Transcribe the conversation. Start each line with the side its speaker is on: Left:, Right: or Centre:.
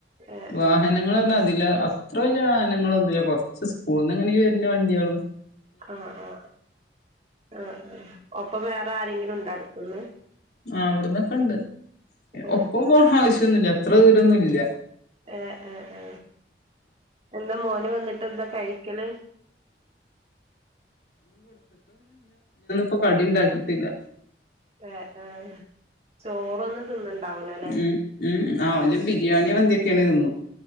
Right: ആഹ്
Left: വാഹനങ്ങള്
Right: ആഹ്
Left: ർ ഞ്ഞാതില അത്ര വല്ല്യ വാഹനങ്ങളൊന്നുല്ല കൊറച്ച് സ്കൂൾന്ന്ങ്ങനെ ഈ വെര്ണ വണ്ടിളും
Right: ആ ആ ആ ആ ഒപ്പ വേറെ ആരെങ്കിലും ഉണ്ടോ അട്ത്ത്ന്ന്
Left: ആ അവിട്ന്നൊക്കെ ഇണ്ട്
Right: ഏഹ്
Left: ഒപ്പം പോണ ആവശ്യൊന്നുല്ല അത്ര ദൂരൊന്നുല്ല
Right: ഏ എ എ എന്നാ മോൻ വന്നിട്ട് എന്താ കഴിക്കല്
Left: ഇപ്പ കടി ഇണ്ടാക്കിട്ടില്ല
Right: ഏ ഏ ചോറൊന്നും തിന്നണ്ടാവൂലല്ലേ
Left: ഉം ഉം ആ ഓല് ബിരിയാണി മന്തിയൊക്കെയാണേ തിന്നും